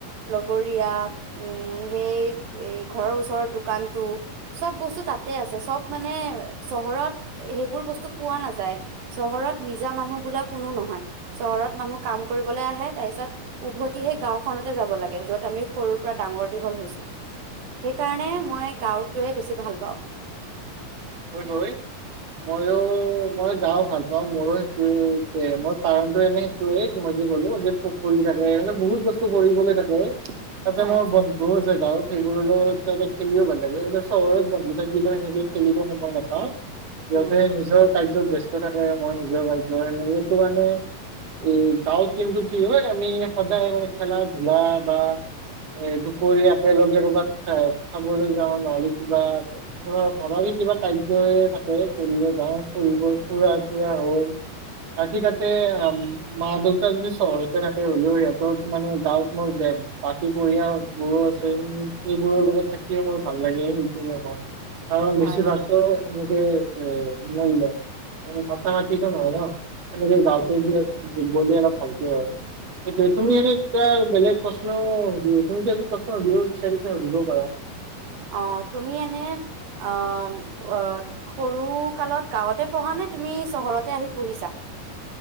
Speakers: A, on the right; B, on the right.
A: লগৰীয়া উম সেই ঘৰৰ ওচৰত দোকানটো চব বস্তু তাতে আছে চব মানে চহৰত সেইবোৰ বস্তু পোৱা নাযায় চহৰত নিজা মানুহ বোলা কোনো নহয় চহৰত মানুহ কাম কৰিবলৈ আহে তাৰ পিছত উভতিহে গাওখনতে যাব লাগে যত আমি সৰুৰ পৰা ডাঙৰ দীঘল হৈছো সেইকাৰণে মই গাওঁটোৱে বেছি ভাল পাওঁ
B: হয় হয় মইও মই গাও ভাল পাওঁ মোৰো সেইটোয়ে মই কাৰণটোো এনে সেইটোয়ে মই যে কলো যে পুখুৰী থাকে মানে বহুত বস্তু কৰিবলৈ থাকে তাতে
A: হয়
B: মোৰ বন্ধু আছে গাঁওত সেইবোৰলৈ তাতে খেলিও ভাল লাগে এতিয়া চহৰত বন্ধু থাকিলেও সেনেকে খেলিব গম নাপাও সয়াতে
A: উম
B: নিজৰ কাৰ্যত ব্য্স্ত থাকে মই নিজৰ কাৰ্যৰ কাৰে এইটো মানে এই গাঁৱত কিন্তু কি হয় আমি সদায় মানে খেলা ধূলা বা এ দুপৰীয়া একেলগে কৰ'ৰবাত খাই খাবলৈ যাওঁ নহলে কিবা ভবাি কিবা কাৰ্যয় থাকে কৰিব যাওঁ ফুৰিব ফুৰা চুৰা হৈ বাকী তাতে মা দেউতা যদি চহৰতে থাকে হলেও সিহঁতৰ মানে গাঁৱত মোৰ বাকী পঢ়িয় বোৰো আছে সেইবোৰৰ লগত থাকিয়ে মোৰ ভাল লাগে সেইখিনিয়ে মই আৰু বেছি
A: হয়
B: ভাগ এনেক ন মত মটিট নো ন সে গাঁওঁতে
A: উম
B: বলে ন আককি হয় তুমি
A: উম
B: এনে কিবা বেলেগ প্ৰশ্ন সুধ তুমি প্ৰশ্ন সুধিব বিচাৰিছ সুধিবও পাৰা
A: অ তুমি এনে আহ আহ সৰু কালত গাঁৱতে পঢ়া নে তুমি চহৰতে আহি পঢ়িছা